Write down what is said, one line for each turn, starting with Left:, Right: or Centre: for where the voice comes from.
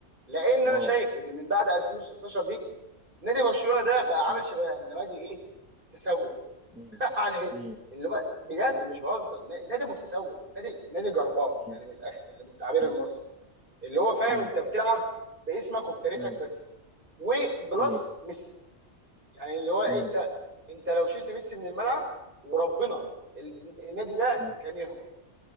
Right: لان
Centre: اه
Right: انا شايف ان من بعد 2016 نادي برشلونه ده بقى عامل
Centre: م-
Right: شبه النوادي ايه تسول
Centre: م-
Right: <laughs> يعني
Centre: م-
Right: اللي هو بجد مش بهزر نا- نادي متسول نادي نادي جربان
Centre: م-
Right: يعني من الاخر يعني بالتعبير
Centre: م-
Right: المصري اللي هو فاهم
Centre: م-
Right: انت بتلعب باسمك وبتاريخك
Centre: م-
Right: بس وبلس
Centre: م-
Right: ميسي يعني اللي هو إيه،
Centre: م-
Right: انت
Centre: م-
Right: انت لو شلت ميسي من الملعب وربنا ال- النادي ده
Centre: م-
Right: كان يهبط